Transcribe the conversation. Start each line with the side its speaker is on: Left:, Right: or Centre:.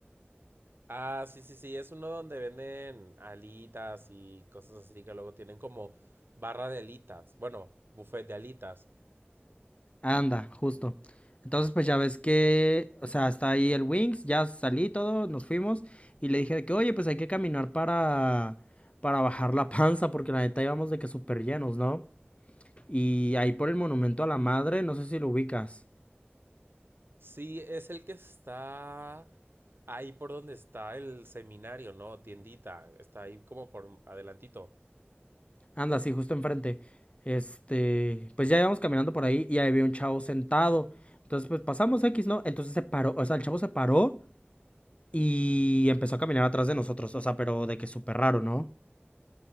Right: Ah, sí, sí, sí, es uno donde venden alitas y cosas así que luego tienen como barra de alitas. Bueno, buffet de alitas.
Left: Anda, justo. Entonces, pues ya ves que, o sea, está ahí el Wings, ya salí y todo, nos fuimos y le dije de que, oye, pues hay que caminar para, para bajar la panza porque la neta íbamos de que súper llenos, ¿no? Y ahí por el monumento a la madre, no sé si lo ubicas.
Right: Sí, es el que está ahí por donde está el seminario, ¿no? Tiendita. Está ahí como por adelantito.
Left: Anda, sí, justo enfrente. Este, pues ya íbamos caminando por ahí y ahí había un chavo sentado. Entonces, pues pasamos X, ¿no? Entonces se paró, o sea, el chavo se paró y empezó a caminar atrás de nosotros, o sea, pero de que súper raro, ¿no?